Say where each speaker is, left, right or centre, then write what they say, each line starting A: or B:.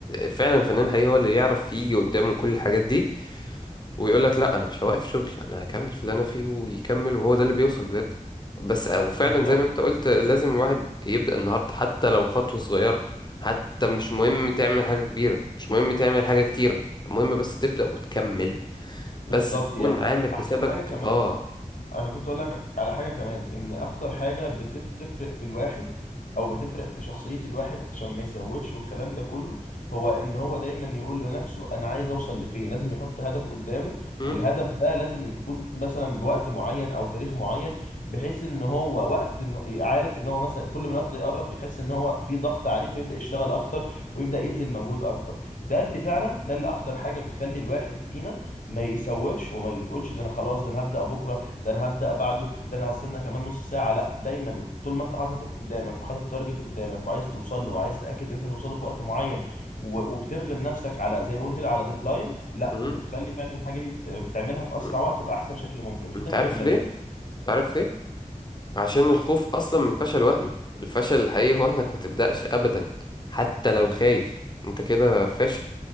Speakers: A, on the left (about 30°); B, on the left (about 70°).
A: فعلا الفنان الحقيقي هو اللي يعرف يجي قدامه كل الحاجات دي ويقول لك لا انا مش هوقف شغل انا هكمل في اللي انا فيه ويكمل وهو ده اللي بيوصل بجد بس آه، وفعلا
B: بالظبط
A: زي ما انت قلت لازم الواحد يبدأ النهارده حتى لو خطوة صغيرة حتى مش مهم تعمل حاجة كبيرة مش مهم تعمل حاجة كتيرة المهم بس تبدأ وتكمل بس
B: بالظبط
A: تكون
B: يعني
A: عامل
B: احسن
A: حسابك
B: حاجه كمان
A: اه
B: انا كنت اقول لك على حاجه كمان ان اكتر حاجه بتفرق في الواحد او بتفرق في شخصيه الواحد عشان ما يسوفش والكلام ده كله هو ان هو دايما يقول لنفسه انا عايز اوصل لفين لازم يحط هدف قدامه
A: م-
B: والهدف ده لازم يكون مثلا بوقت معين او تاريخ معين بحيث ان هو وقت إن- عارف ان هو مثلا كل ما الوقت ده يقرب يحس ان هو في ضغط عليه فيبدا يشتغل اكتر ويبدا يبذل مجهود اكبر ده بفعلا ده اللي اكتر حاجه بتخلي الواحد فينا ما يسوفش وما يقولش ده انا خلاص ده انا هبدا بكره ده انا هبدا بعده ده انا هستنى كمان نص ساعه لا دايما طول ما انت حاطط قدامك وحاطط تارجت قدامك وعايز توصل له وعايز تاكد ان انت توصل له في وقت معين و- وبترغم نفسك على زي ما بيقولوا كده على ديدلاين لا
A: م-
B: بتخلي فعلا الحاجه دي بت- بتعملها في اسرع
A: م-
B: وقت وباحسن شكل ممكن وفي
A: انت
B: تفاهم
A: عارف
B: من بدري
A: ليه انت عارف ليه عشان الخوف اصلا من الفشل وهمي الفشل الحقيقي هو انك ما تبدأش ابدا حتى لو خايف انت كده فاشل